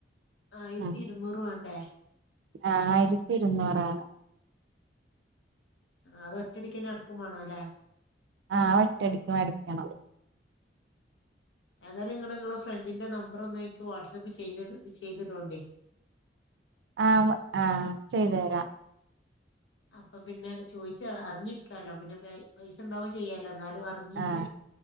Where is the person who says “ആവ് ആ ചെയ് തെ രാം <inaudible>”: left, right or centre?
Right